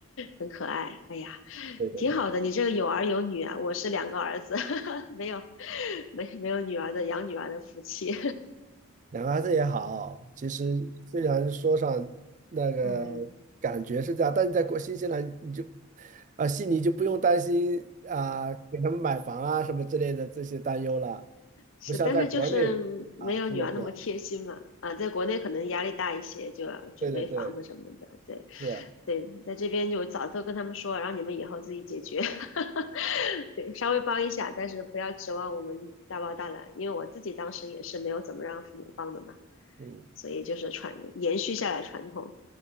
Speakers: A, on the left; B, on the right.
A: 很可爱。哎呀。
B: 对对对，
A: 挺好的，你这个有儿有女啊，我是两个儿子，<laughs> 没有没没有女儿的养女儿的福气，
B: 两个孩子也好，其实虽然说上那个
A: <laughs> 嗯，
B: 感觉是这样，但是在国新西兰你就啊悉尼就不用担心啊给他们买房啊什么之类的这些担忧了，
A: 是，
B: 不像在国内啊这么卷。
A: 但是就是没有女儿那么贴心嘛，啊，在国内可能压力大一些，就要准备房子什么的，
B: 对对对，
A: 对
B: 是，
A: 对，在这边就早都跟他们说，让你们以后自己解决，<laughs>
B: 哦，
A: 可以稍微帮一下，但是不要指望我们大包大揽，因为我自己当时也是没有怎么让父母帮的嘛，
B: 嗯，
A: 所以就是传延续下来传统，